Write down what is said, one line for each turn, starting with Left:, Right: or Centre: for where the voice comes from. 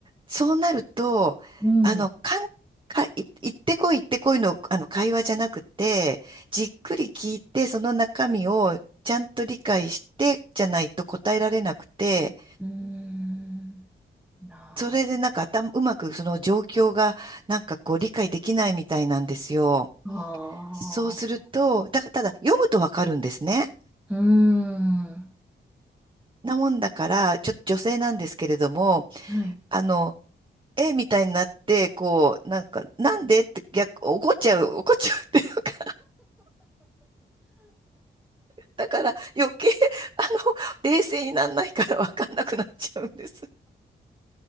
Right: そうなると、
Centre: うん、
Right: あの、
Centre: う
Right: かん、か、い行ってこい行ってこいの、あの、会話じゃなくて、じっくり聞いて、その中身をちゃんと理解して、じゃないと答えられなくて、
Centre: ーん、な
Right: それでなんか頭、うまくその状況がなんかこう理解できないみたいなんですよ。
Centre: あ、
Right: そうすると、
Centre: あ
Right: だ、ただ読むとわかるんですね。
Centre: ーうーん、
Right: なもんだから、ちょっと女性なんですけれども、
Centre: はい。
Right: あの、えみたいになって、こう、なんか、なんでって逆、怒っちゃう、怒っちゃうっていうか、だから余計、あの、冷静になんないからわかんなくなっちゃうんです。